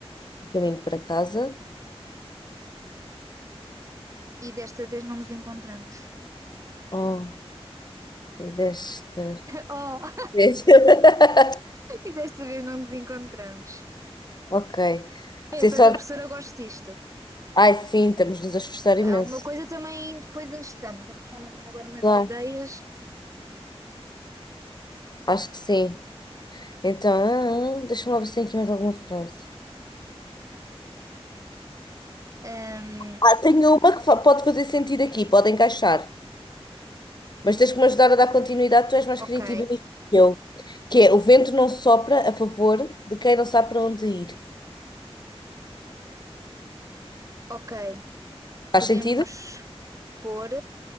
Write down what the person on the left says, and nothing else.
no caminho para casa.
Oh, e desta
vez. <laughs>
Ok.
Sem
sorte.
Ai, sim, estamos-nos a esforçar
imenso.
Claro.
Acho que sim. Então, ah, ah, deixa-me lá ver se tem aqui mais alguma frase.
Ah, tenho uma que fa- pode fazer sentido aqui, pode encaixar. Mas tens que me ajudar a dar continuidade, tu és mais
criativa nisto que eu. Que é, o vento não sopra a favor de quem não sabe para onde ir.
Faz
sentido?